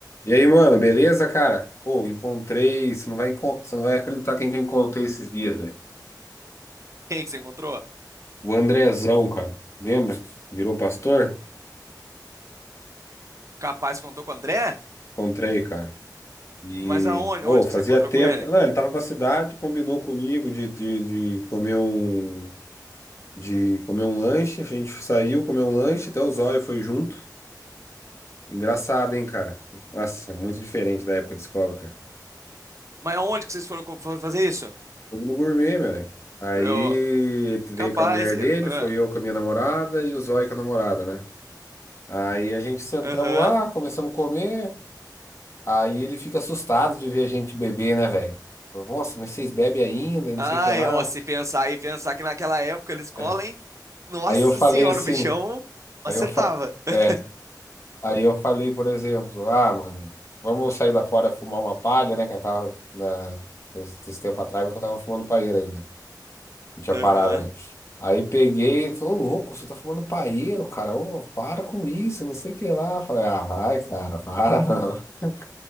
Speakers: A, on the left (about 40°); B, on the right (about 45°).
A: E aí, mano, beleza, cara? Pô, encontrei. Você não vai, encon- você não vai acreditar quem que eu encontrei esses dias, velho.
B: Quem que você encontrou?
A: O Andrezão, cara. Lembra? Virou pastor?
B: Capaz que contou com o André?
A: Encontrei, cara. E,
B: Mas aonde?
A: pô,
B: Onde
A: fazia
B: que você encontrou
A: tempo.
B: com ele?
A: Não, ele tava pra cidade, combinou comigo de, de, de comer um. De comer um lanche. A gente saiu, comeu um lanche, até o Zóio foi junto. Engraçado, hein, cara? Nossa, é muito diferente da época de escola, cara.
B: Mas aonde que vocês foram, co- foram fazer isso?
A: Fomos no gourmet, velho. Aí
B: Eu,
A: veio
B: capaz,
A: com a mulher
B: eu,
A: dele,
B: ah,
A: foi eu com a minha namorada e o Zóio com a namorada, né? Aí a gente sentamos
B: aham.
A: lá, começamos a comer. Aí ele fica assustado de ver a gente beber, né, velho? Falou, Nossa, mas vocês bebem ainda, e não
B: Ah,
A: sei o que lá.
B: eu, se pensar e pensar que naquela época na escola,
A: É.
B: hein? Nossa
A: Aí eu falei
B: senhora,
A: assim,
B: o bichão
A: aí
B: acertava.
A: eu fa...
B: <laughs>
A: é, aí eu falei, por exemplo, ah, mano, vamos sair lá fora fumar uma palha, né? Que eu tava na... esse tempo atrás, mas que eu tava fumando palheira ainda. Não tinha
B: Aham.
A: parado. né? Aí peguei, ele falou, "Ô, louco, você tá fumando paeiro, cara. Ô, para com isso, não sei o que lá. Falei, ah, vai, cara, para. <laughs> Não.